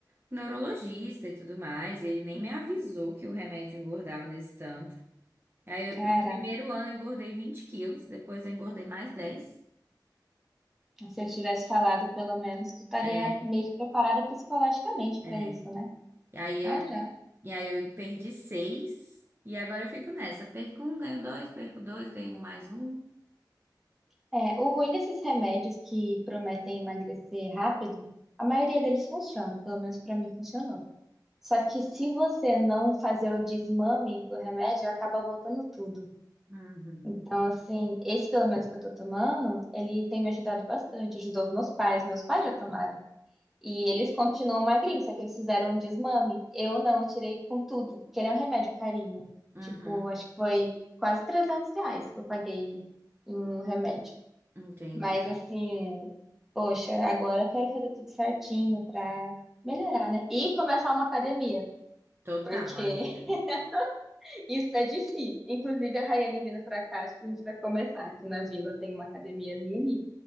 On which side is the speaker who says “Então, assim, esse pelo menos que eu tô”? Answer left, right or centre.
Centre